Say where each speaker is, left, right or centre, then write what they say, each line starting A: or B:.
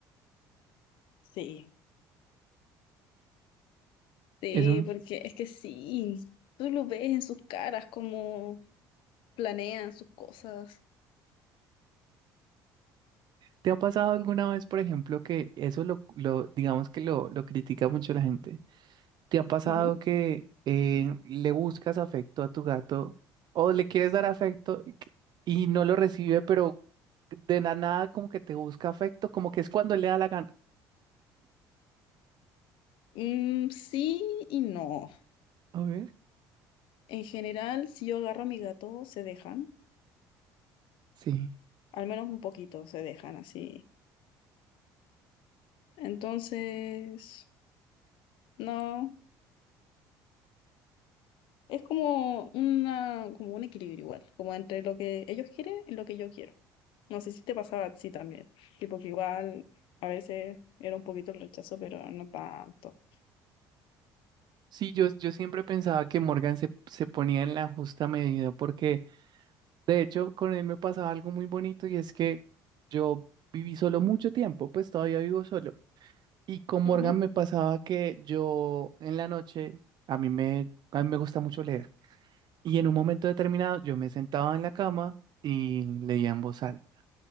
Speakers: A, on the left; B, on the right.
A: Sí. Sí,
B: Eso,
A: porque es que sí, tú lo ves en sus caras, cómo planean sus cosas.
B: ¿te ha pasado alguna vez, por ejemplo, que eso lo, lo digamos que lo, lo critica mucho la gente? ¿Te ha pasado
A: Ujú.
B: que eh, le buscas afecto a tu gato o le quieres dar afecto y, que- y no lo recibe, pero de la nada como que te busca afecto, como que es cuando le da la gana?
A: Mm, sí y no.
B: A ver.
A: En general, si yo agarro a mi gato, se dejan,
B: Sí.
A: al menos un poquito, se dejan así. Entonces, no, es como una, como un equilibrio igual, como entre lo que ellos quieren y lo que yo quiero. No sé si te pasaba a ti también, tipo que igual a veces era un poquito el rechazo, pero no tanto.
B: Sí, yo, yo siempre pensaba que Morgan se, se ponía en la justa medida porque de hecho con él me pasaba algo muy bonito y es que yo viví solo mucho tiempo, pues todavía vivo solo. Y con Morgan
A: Ujú.
B: me pasaba que yo en la noche, a mí me, a mí me gusta mucho leer. Y en un momento determinado yo me sentaba en la cama y leía en voz alta.